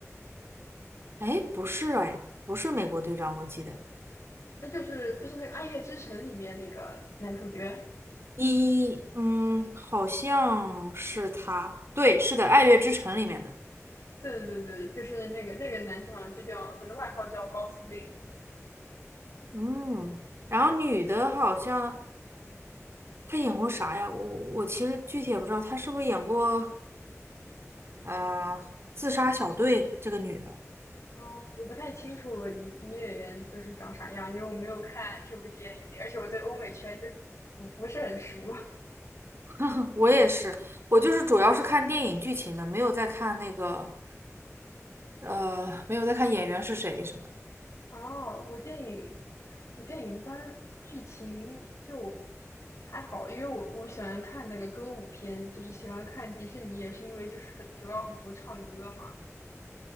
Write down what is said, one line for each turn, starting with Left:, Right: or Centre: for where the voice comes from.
Right: 哎，不是哎，不是美国队长，我记得
Left: 那就是就是那个《爱乐之城》里面那个男主角。
Right: 一，嗯，好像是他，对，是的，《爱乐之城》里面的。
Left: 对对对对，就是那个那个男主好像就叫，反正外号叫高司令。
Right: 嗯，然后女的好像她演过啥呀？我我其实具体也不知道，她是不是演过呃《自杀小队》这个女的？
Left: 嗯，我不太清楚女女演员就是长啥样，因为我没有看这部电影，而且我对欧美圈就是不不不是很熟。
Right: <laughs> 我也是，我就是主要是看电影剧情的，没有在看那个，呃，没有在看演员是谁什么的
Left: 哦，我电影，我电影一般剧情就还好，因为我我喜欢看那个歌舞片，就是喜欢看迪士尼，也是因为就是很主要很多唱歌嘛。